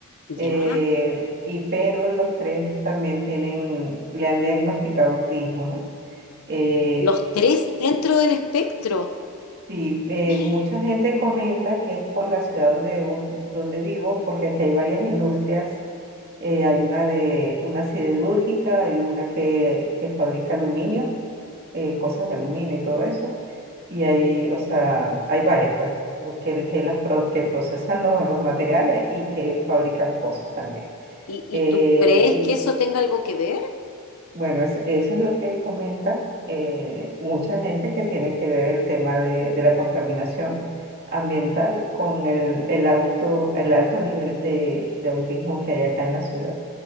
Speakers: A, on the left; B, on the right.
A: ¿Ya?
B: eh, y pero los tres también tienen, le han diagnosticado autismo, ¿no? Eh,
A: Los tres dentro del espectro.
B: Sí,
A: <gasps>
B: eh,
A: ¿Y,
B: mucha gente comenta que es por la ciudad donde, un- donde vivo, porque aquí hay varias industrias. eh, hay una de una siderúrgica, hay una que, que fabrica aluminio, eh, cosas de aluminio y todo eso. Y hay, o sea, hay varias, pues, o que, que las pro- que procesan los, los materiales y que fabrican cosas también.
A: y
B: Eh,
A: tú crees que eso tenga algo que ver?
B: bueno, es- eso es lo que comenta eh, mucha gente que tiene que ver el tema de, de la contaminación ambiental con el, el auto, el alto nivel de, de autismo que hay acá en la ciudad.